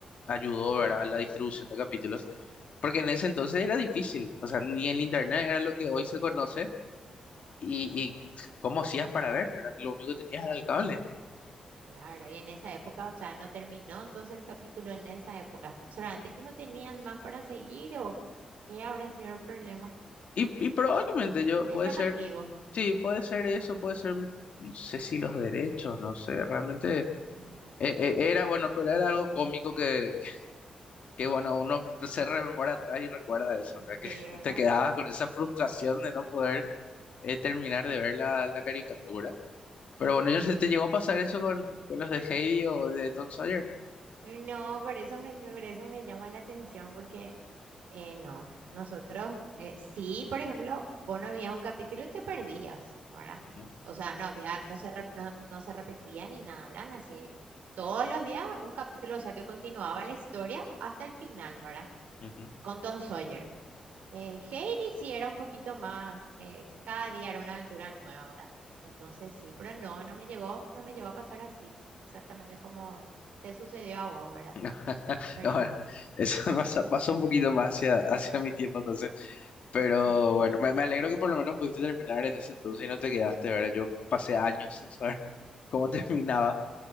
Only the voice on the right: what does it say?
ah,
no,
claro, y en esa época, o sea, no terminó entonces el capítulo en esa época, solamente que no tenían más para seguir o qué habrá sido el problema.
Me
es llamativo.
Mm,
Sí,
¿verdad?
No, por eso me, me- por eso me llama la atención, porque eh, no, nosotros, eh, sí, por ejemplo, vos no veías un capítulo y te perdías, ¿verdad?
O sea, no había, no se, re- no, no se repetía ni nada, eran así. Todos los días un capítulo, o sea, que continuaba la historia hasta el final, ¿verdad?
Con Tom Sawyer. Eh, Heidi sí era un poquito más, eh, cada día era una aventura nueva ahora. Entonces sí, pero no, no me llegó, no me llegó a pasar así, exactamente como te sucedió a vos, ¿verdad?
Pero
eh,